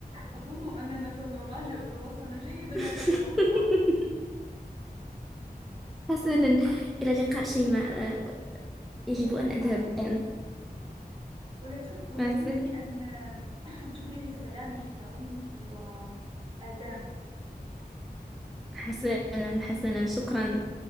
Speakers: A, on the right; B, in the centre.
A: أظن أننا سنراجع دروسنا جيدا
B: <laughs>
A: هذه العطلة
B: حسنا إلى اللقاء شيماء يجب
A: إلى اللقاء
B: أن أذهب الآن
A: ولا, تن... ولا
B: مع السلامة
A: تنسي أن... أن تبلغي سلامي إلى أمك وآدام
B: حسنا حسنا شكرا